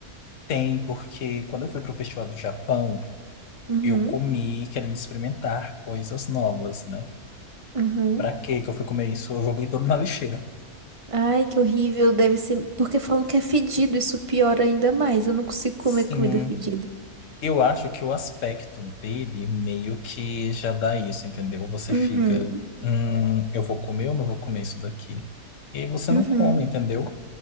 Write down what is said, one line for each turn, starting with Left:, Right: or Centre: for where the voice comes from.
Left: Tem, porque quando eu fui pro Festival do Japão,
Right: Uhum,
Left: eu comi querendo experimentar coisas novas, né?
Right: uhum.
Left: Pra que que eu fui comer isso? Eu joguei tudo na lixeira.
Right: Ai, que horrível, deve ser. Porque falam que é fedido, isso piora ainda mais. Eu não consigo comer
Left: Sim,
Right: comida fedida.
Left: eu acho que o aspecto dele meio que já dá isso, entendeu? Você
Right: Uhum,
Left: fica, hum, eu vou comer ou não vou comer isso daqui? E aí você
Right: uhum,
Left: não come, entendeu?